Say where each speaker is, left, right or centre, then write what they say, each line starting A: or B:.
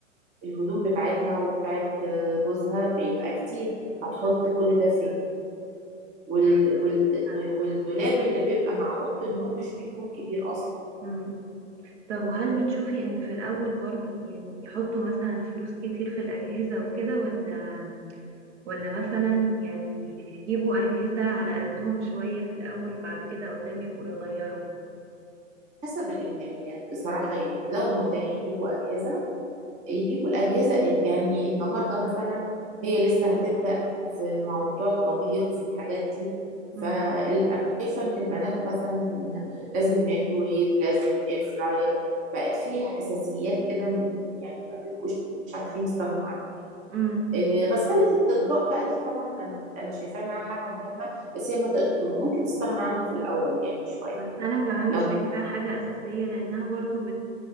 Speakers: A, on the right (about 20°); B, on the right (about 60°).
A: الهدوم بتاعتها وبتاعت جوزها بيبقى كتير هتحط
B: امم
A: كل ده فين وال...
B: ايوه
A: وال...
B: عندك حق.
A: والدولاب اللي بيبقى مع اوضه النوم مش بيكون كبير اصلا
B: مم.
A: يعني
B: طب وهل بتشوفي ان في الاول برضو يعني يحطوا مثلا فلوس كتير في الاجهزة وكده ولا ولا مثلا يعني يجيبوا اجهزة على قدهم شوية في الاول وبعد كده قدام يبقوا يغيروا
A: حسب الامكانيات بصراحه يعني لو متاح يجيبوا اجهزه يجيبوا الاجهزه ال- يعني النهارده مثلا هي لسه هتبدا في موضوع الطبيخ في الحاجات دي فانا
B: امم
A: شايفه ان البنات مثلا لازم ميكروويف لازم اير فراير بقت فيه اساسيات كده م- يعني ما بيبقوش عارفين يستغنوا عنها
B: امم
A: آه، غسالة الأطباق بقى دي طبعا أنا أنا شايفاها إنها حاجة مهمة بس هي ما تق- ممكن تستغنى عنها في الأول يعني شوية
B: بس انا كمان
A: لو
B: شايفاها حاجة اساسية لانها برضو بت